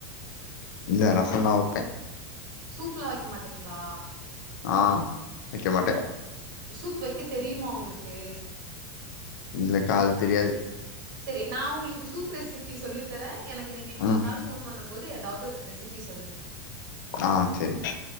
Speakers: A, on the left; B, on the right.
A: இல்ல ரஸ்சோ தா வைப்பே
B: சூப்லா வைக்க மாட்டீங்ளா
A: ஆ வைக்க மாட்டே
B: சூப் வைக்க தெரியுமா உங்களுக்கு
A: இல்லகால் தெரியாது
B: சரி நா உங்களுக்கு சூப் ரெசிபி சொல்லித்தரே எனக்கு நீங்க இன்னொரு
A: ம்
B: நாள் ஃபோன் பண்ணும் போது எதாவுது ஒரு ரெசி திப்பி சொல்லுங்க
A: ஆ சேரி